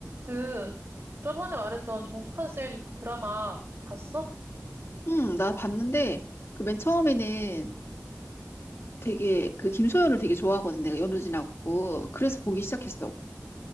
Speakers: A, on the right (about 55°); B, on the left (about 55°).
A: 그 저번에 말했던 정숙한 세일즈 그 드라마 봤어?
B: 응, 나 봤는데, 그 맨 처음에는 되게, 그 김소연을 되게 좋아하거든, 내가 연우진하고. 그래서 보기 시작했어.